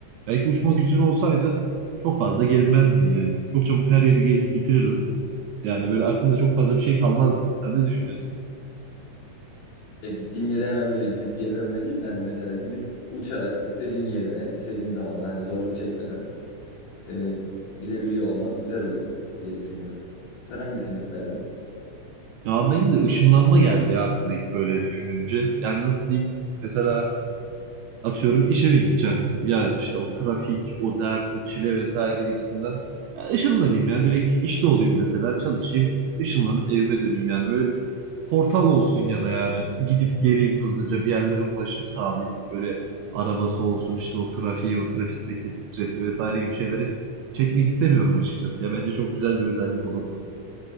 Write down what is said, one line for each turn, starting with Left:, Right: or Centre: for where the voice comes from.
Right: Belki uçma gücün olsaydı çok fazla gezmezdin yani. Çok çabuk her yeri gezip bitirirdin. Yani böyle aklında çok fazla bir şey kalmazdı. Sen ne düşünüyorsun?
Left: Ya gittiğim yere hemen böyle gidip geri dönme değil de hani mesela gidip uçarak istediğin yerine istediğin zamanda hani zorluk çekmeden e, gidebiliyor olmak güzel olurdu diye düşünüyorum. Sen hangisini isterdin?
Right: Ya benim de ışınlanma geldi ya aklıma ilk böyle düşününce. Yani nasıl diyeyim mesela Atıyorum işe mi gideceğim? Ya işte o trafik, o dert, o çile vesaire gibisinden. Ya ışınlanayım ya direkt işte olayım mesela çalışayım, ışınlanıp evime döneyim yani böyle bir portal olsun ya da yani gidip geleyim hızlıca bir yerlere ulaşım sağlayayım. Böyle arabası olsun işte o trafiği, o trafikteki stresi vesaire gibi şeyleri çekmek istemiyorum açıkçası. Ya bence çok güzel bir özellik olurdu.